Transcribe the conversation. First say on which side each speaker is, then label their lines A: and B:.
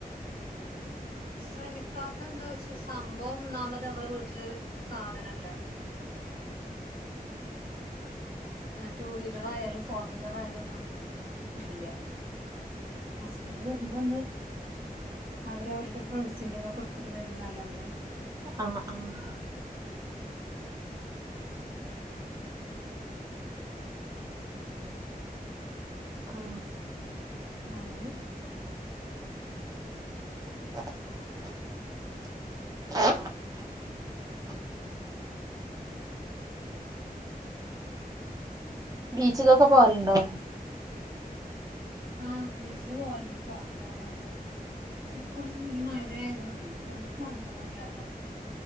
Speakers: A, on the right; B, on the right.
A: ശ്രമിക്കാത്ത എന്താ വെച്ചാ സംഭവം ഒന്നാമത് നമ്മളെ വീട്ടില് സാധനല്ല ടൂ വീലർ ആയാലും ഫോർ വീലർ ആയാലും ഒന്നും ഇല്ല ഹസ്ബന്റ് വരുമ്പൊന്ന് അവര് അവരുടെ ഫ്രണ്ട്സിന്റെതൊക്ക്‌ട് ത്തിട്ട് വരുന്നല്ലാതെ
B: ആഹ് ആഹ് ആ
A: അങ്ങനൊ
B: <inaudible> ബീച്ചിലൊക്കെ പോവലുണ്ടോ
A: ആഹ് ബീച്ചില് പോവാലുണ്ട് പർക്കിലൊക്കെ പോവല്ണ്ട് പക്ഷെ ഇപ്പം ഈ മഴ ആയതോണ്ടേ എവിടിം കറങ്ങാൻ പറ്റാത്ത അങ്ങനെ